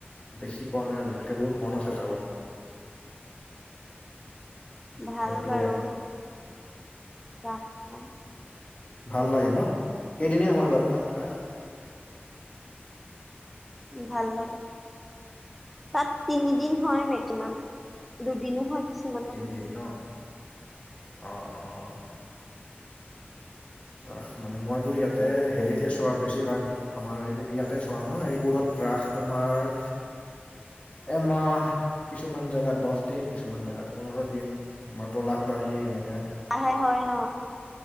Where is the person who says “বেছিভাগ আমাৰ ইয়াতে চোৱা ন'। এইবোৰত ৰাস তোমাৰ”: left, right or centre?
Left